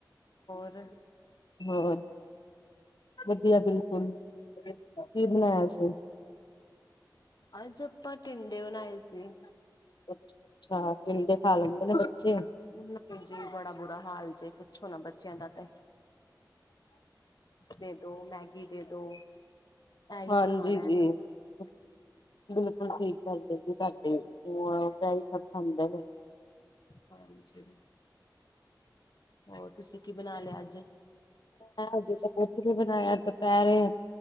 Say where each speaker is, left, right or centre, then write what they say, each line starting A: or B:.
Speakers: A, on the left (about 65°); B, on the left (about 80°).
A: ਹੋਰ
B: ਹੋਰ! ਵਧੀਆ ਬਿਲਕੁਲ, ਕਿ ਬਣਾਇਆ ਸੀ?
A: ਅੱਜ ਆਪਾਂ ਟਿੰਡੇ ਬਣਾਏ ਸੀ।
B: ਅੱਛ, ਅੱਛਾ ਟਿੰਡੇ ਖਾ ਲੈਂਦੇ ਨੇ ਬੱਚੇ
A: ਨਹੀਂ ਜੀ, ਬੜਾ ਬੁਰਾ ਹਾਲ ਜੇ। ਪੁੱਛੋ ਨਾ ਬੱਚਿਆਂ ਦਾ ਤਾਂ ਦੇ ਦੋ ਮੈਗੀ ਦੇ ਦੋ। ਇਹੀ
B: ਹਾਂਜੀ
A: ਖਾਣਾ
B: ਜੀ, ਜੀ। ਬਿਲਕੁਲ ਠੀਕ ਗੱਲ ਏ ਜੀ ਤੁਹਾਡੀ ਜੁਆਕ ਇਹੀ ਸਭ ਖਾਂਦੇ ਨੇ।
A: ਹਾਂਜੀ, ਹੋਰ ਤੁਸੀਂ ਕੀ ਬਣਾ ਲਿਆ ਅੱਜ।
B: ਹਜੇ ਤਾਂ ਕੁਛ ਨਹੀ ਬਣਾਇਆ ਦੁਪਹਿਰੇ!